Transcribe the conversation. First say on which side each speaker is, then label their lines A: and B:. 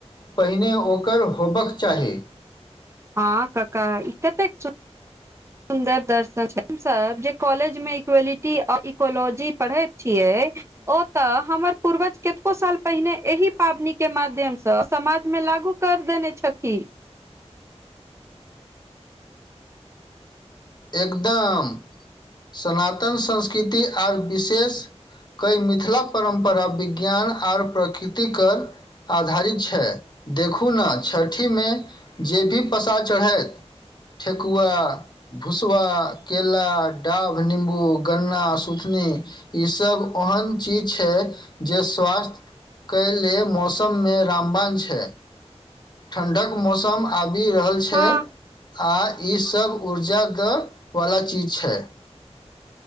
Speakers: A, on the left (about 40°); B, on the right (about 25°).
A: पहिने ओकर होबक चाही।
B: हँ कका ई केतेक सुन् सुन्दर दर्शन छै हम सब जे कॉलेज मे इक्वैलिटी औ इकोलॉजी पढ़ैत छियै ओ तऽ हमर पूर्वज केतको साल पहिने एहि पाबनीके माध्यमस समाजमे लागू कर देने छथी।
A: एकदम सनातन संस्कृति आर विशेष कय मिथिला परम्परा विज्ञान आर प्रकृतिके आधारित छै। देखू न छठीमे जे भी प्रसाद चढ़ैत ठेकुआ भुसबा, केला, डाभ, नीम्बू, गन्ना, सुथनी ई सब ओहन चीज छै जे स्वास्थ कय ले मौसममे रामबाण छै। ठण्डक मौसम आबि रहल छै।
B: हँ
A: आ ईसब ऊर्जा द बला चीज छै।